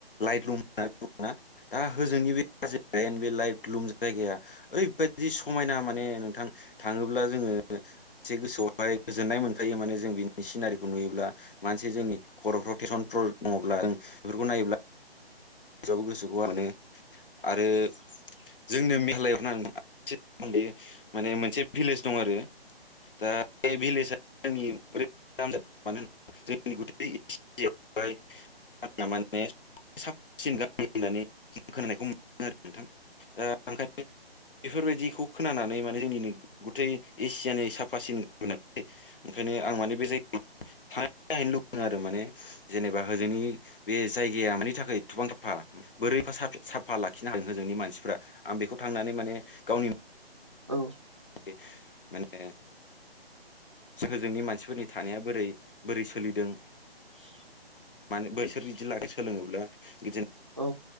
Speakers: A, on the left; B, on the right.
A: लाइटलुम <unintelligible> दा होजोंनि बे <unintelligible> बे लाइटलुम जायगाया ओरैबायदि समायना माने नोंथां थाङोब्ला जोङो एसे गोसोआव <unintelligible> गोजोननाय मोनखायो माने जों बिनि सिनारिखौ नुयोब्ला मानसि जोंनि खर'फ्राव टेसन <unintelligible> दङब्ला एफोरखौ नायोब्ला <unintelligible> गोसोखौ मोनो आरो जोंनो <unintelligible> <unintelligible> माने मोनसे भिलेज दं आरो दा बे भिलेजआ <unintelligible> <unintelligible> <unintelligible> खोनानायखौ मोनो आरो नोंथां दा ओंखायनो बेफोरबायदिखौ खोनानानै माने जोंनिनो गथै एसियानि साफासिन <unintelligible> ओंखायनो आं माने बे <unintelligible> <unintelligible> आरो माने जेनेबा होजोंनि बे जायगाया मानि थाखाय थबां साफा बोरै फा सा-साफा लाखिनो हादों होजोंनि मानसिफ्रा आं बेखौ थांनानै माने गावनि
B: औ
A: <unintelligible> माने होजोंनि मानसिफोरनि थानाया बोरै बोरै सोलिदों
B: <unintelligible>
A: माने बैसोर बिदि लाखै सोलोङोब्ला बिदिनो
B: औ।